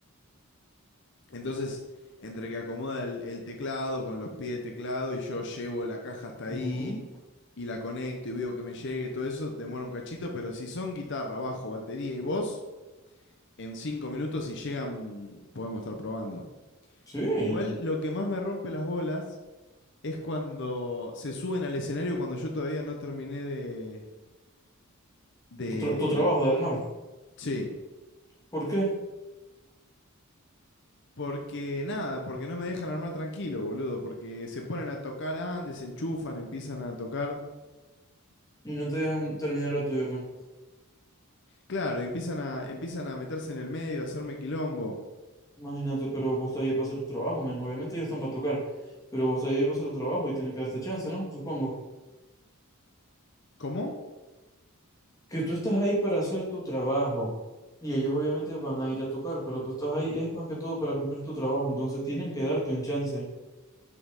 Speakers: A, on the left; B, on the left.
A: Entonces, entre que acomoda el, el teclado con los pies de teclado y yo llevo la caja hasta
B: Ujú.
A: ahí y la conecto y veo que me llegue, todo eso demora un cachito, pero si son guitarra, bajo, batería y voz, en cinco minutos si llegan podemos estar probando.
B: Sí,
A: Igual lo que más me rompe las bolas es cuando se suben al escenario cuando yo todavía no terminé de... de...
B: tu, tra- tu trabajo de armar.
A: Sí.
B: ¿Por qué?
A: Porque nada, porque no me dejan armar tranquilo, boludo, porque se ponen a tocar antes, se enchufan, empiezan a tocar.
B: Y no te dejan terminar lo tuyo, pues.
A: Claro, y empiezan a, empiezan a meterse en el medio, a hacerme quilombo.
B: Imagínate, pero vos estás ahí para hacer tu trabajo, men. Obviamente ellos están para tocar, pero vos estás ahí para hacer tu trabajo y tienen que darte chance, ¿no? Supongo.
A: ¿Cómo?
B: Que tú estás ahí para hacer tu trabajo y ellos obviamente van a ir a tocar, pero tú estás ahí es más que todo para cumplir tu trabajo, entonces tienen que darte un chance.